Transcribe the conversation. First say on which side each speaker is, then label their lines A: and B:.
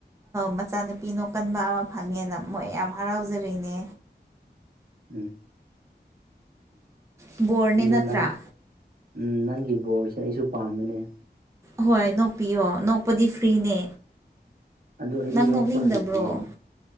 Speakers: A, on the right; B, on the right.
A: ꯃꯆꯥꯅꯨꯄꯤꯅꯣ ꯀꯟꯕ ꯑꯃ ꯐꯪꯉꯦꯅ ꯃꯣꯏ ꯌꯥꯝ ꯍꯔꯥꯎꯖꯔꯤꯅꯦ
B: ꯎꯝ
A: ꯕꯣꯔꯅꯦ
B: ꯑꯗꯨ
A: ꯅꯠꯇ꯭ꯔꯥ
B: ꯅꯪ ꯎꯝ ꯅꯪꯒꯤ ꯐꯨꯠ ꯕꯣꯔꯁꯦ ꯑꯩꯁꯨ ꯄꯥꯝꯃꯤꯅꯦ
A: ꯍꯣꯏ ꯅꯣꯛꯄꯤꯌꯣ ꯅꯣꯛꯄꯗꯤ ꯐ꯭ꯔꯤꯅꯦ
B: ꯑꯗꯨ ꯑꯩꯗꯤ
A: ꯅꯪ
B: ꯅꯣꯛꯄ
A: ꯅꯣꯛꯅꯤꯡꯗꯕ꯭ꯔꯣ
B: ꯍꯩꯇꯌꯦ